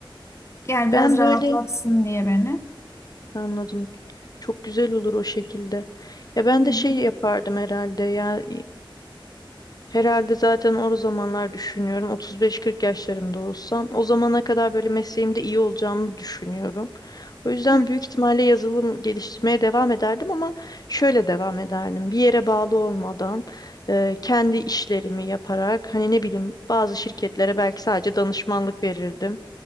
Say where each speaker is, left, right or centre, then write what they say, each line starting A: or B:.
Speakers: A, on the left (about 30°); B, on the left (about 45°).
A: Yani
B: Ben
A: biraz rahatlatsın
B: böyle
A: diye beni.
B: anladım. Çok güzel olur o şekilde. Ya ben
A: Hı hı.
B: de şey yapardım herhalde ya Herhalde zaten o zamanlar düşünüyorum. 35-40 yaşlarımda olsam o zamana kadar böyle mesleğimde iyi olacağımı düşünüyorum. O yüzden
A: Hı
B: büyük ihtimalle yazılım geliştirmeye devam ederdim ama şöyle devam ederdim. Bir yere bağlı olmadan e, kendi işlerimi yaparak hani ne bileyim bazı şirketlere belki sadece danışmanlık verirdim.